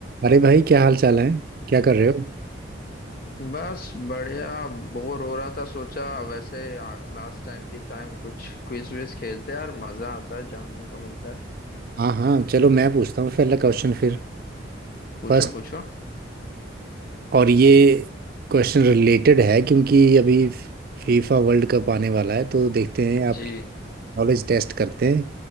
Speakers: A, on the right (about 50°); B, on the left (about 45°).
A: अरे भाई क्या हाल चाल है क्या कर रहे हो
B: बस बढ़िया बोर हो रहा था सोचा वैसे लास्ट टाइम की टाइम कुछ क्विज विज खेलते हैं यार मजा आता है जानने को मिलता है
A: हाँ हाँ चलो मैं पूछता हूँ पहला क्वेश्चन फिर
B: पूछो
A: फर्स्ट
B: पूछो
A: और ये क्वेश्चन रिलेटेड है क्योंकि अभी फीफा वर्ल्ड कप आने वाला है तो देखते हैं आपकी
B: जी
A: नॉलेज टेस्ट करते हैं